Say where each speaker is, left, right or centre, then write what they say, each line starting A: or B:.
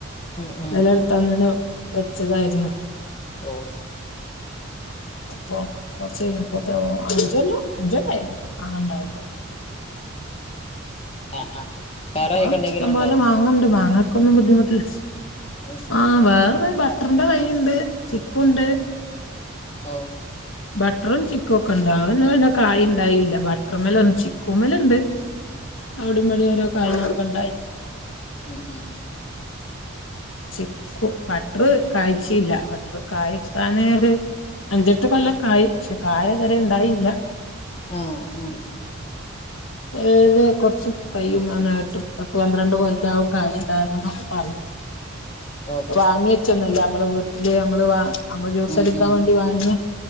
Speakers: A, on the left (about 30°); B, on the left (about 70°).
A: ഉം ഉം
B: നില എടുത്താന്നല്ല വെച്ചതായിരുന്നു
A: ഓ
B: അപ്പൊ കൊറച്ചപ്പോത്തെ അഞ്ചല്ലോ അഞ്ച കയില്ല അനണ്ടാവുമ്പോ
A: <inaudible> ആഹ് ആഹ് വേറെ
B: അപ്പൊ
A: തൈകൾ എന്തെങ്കിലും
B: ഇഷ്ടം പോലെ
A: ഉണ്ടോ
B: മാങ്ങണ്ട് മാങ്ങ ന്നും ബുദ്ധിമുട്ടില്ല
A: ഉം
B: ആ വേറത
A: വേ
B: ബട്ടറിന്റെ കയ്ുണ്ട് കുണ്ട്
A: ഓ
B: ബട്ടറും ചിക്കുവ ഒക്കെ ഇണ്ടാവന്ന പിന്നെ കായ് ഉണ്ടായില്ല ബട്ടർ മല ഒന്ന ചിക്കു മലുണ്ട് അവിടെ വഴ ഓരോ കാര്യങ്ങളൊക്കെ ഉണ്ടായി
A: മം ഉ
B: ച ബട്ടർ കായച്ചല്ല ബട്ടർ കായക്കാന് ഒരു അഞ്ചെട്ട് കൊള്ളക്കായ് പക്ഷെ കായ തരെ ഉണ്ടായില്ല
A: ആഹ ആഹ <unintelligible>
B: അതത് കൊറച്ച് കൈയ്യുമാട്ട് പത്ത് പന്ത്രണ്ട് കൊല്ലകും കായ ൊ പറ
A: ഓ
B: വാങ്ങ വച്ചൊന്നുമല്ല നമ്മള് വീട്ടില് നമ്മള് വ അമ്മ ജ്യൂസ
A: ഉം
B: എടുക്കാൻ
A: ഉം
B: വേണ്ടി വാങ്ങു